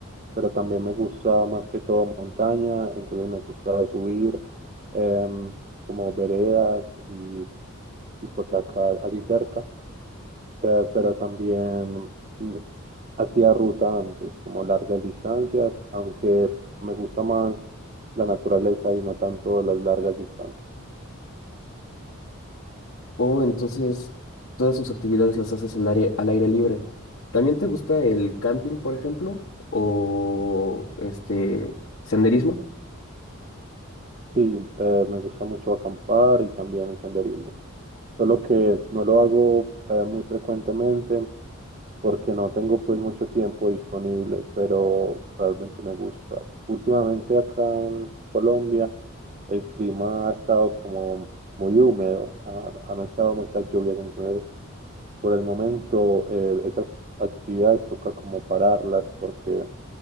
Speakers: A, on the right; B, on the left.
A: Pero también me gusta más que todo montaña, entonces me gusta subir em, como veredas y, y por acá, así cerca. Eh, pero también mm, hacía ruta antes, como largas distancias, aunque me gusta más la naturaleza y no tanto las largas distancias.
B: Oh, entonces todas sus actividades las haces al aire, al aire libre. ¿También te gusta el camping, por ejemplo? ¿O este senderismo?
A: Sí, eh, me gusta mucho acampar y también el senderismo. Solo que no lo hago eh, muy frecuentemente porque no tengo pues mucho tiempo disponible, pero realmente me gusta. Últimamente acá en Colombia el clima ha estado como muy húmedo, ha- han estado muchas lluvias, entonces por el momento, eh, esas actividades toca como pararlas porque